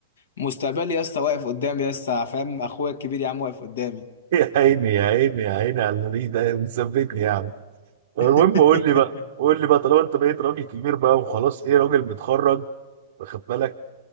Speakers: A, on the left; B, on the right.
A: مستقبلي لسه واقف قدامي لسه فاهم اخويا الكبير يا عم واقف قدامي
B: يا عيني يا عيني يا عيني على النبي ده مثبتني يعني طب
A: <laughs>
B: المهم قول لي بقى
A: <laughs>
B: قول لي بقى طالما أنت بقيت راجل كبير بقى وخلاص إيه راجل متخرج واخد بالك